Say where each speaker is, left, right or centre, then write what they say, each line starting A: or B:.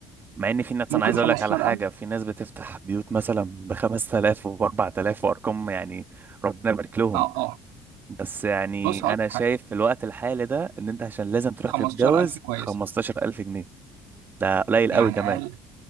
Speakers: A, on the right (about 30°); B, on the right (about 85°).
A: مع ان في ناس
B: ممكن
A: انا عايز
B: 15000
A: اقول لك على حاجه في ناس بتفتح بيوت مثلا ب 5000 وب 4000 وارقام يعني ربنا يبارك لهم
B: اه اه
A: بس يعني
B: بص هقول لك
A: انا شايف
B: حاجه
A: في الوقت الحالي ده ان انت عشان لازم تروح
B: 15000
A: تتجوز
B: كويس
A: 15000 جنيه ده قليل
B: يعني
A: قوي كمان
B: اقل